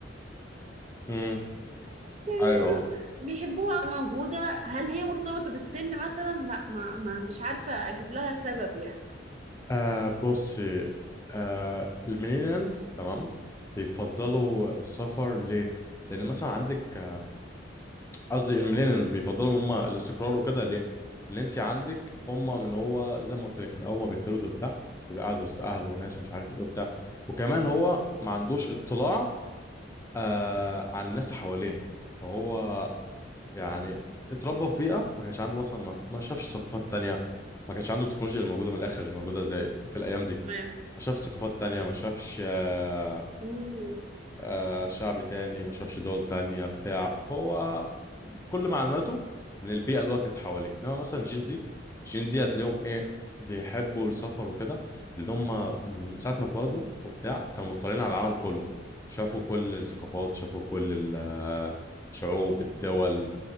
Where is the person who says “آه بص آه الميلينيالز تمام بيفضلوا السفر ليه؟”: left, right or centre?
Left